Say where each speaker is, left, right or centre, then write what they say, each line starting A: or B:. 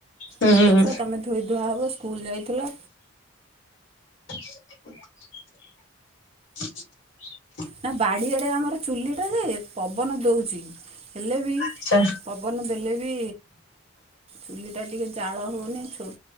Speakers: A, on the left; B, on the right.
A: ହୁଁ
B: ଛୋଟ ଛୁଆ ତମେ ଧୋଇ ଧୂଆ ହେବ ସ୍କୁଲ ଯାଇଥିଲ।
A: <inaudible> <inaudible>
B: ନା ବାଡ଼ିଆଡେ ଆମର ଚୁଲିଟା ଯେ ପବନ ଦଉଛି। ହେଲେ ବି
A: ଆଛା
B: ପବନ ଦେଲେ ବି ଚୁଲିଟା ଟିକେ ଜାଳ ହେଉନି ଛୋ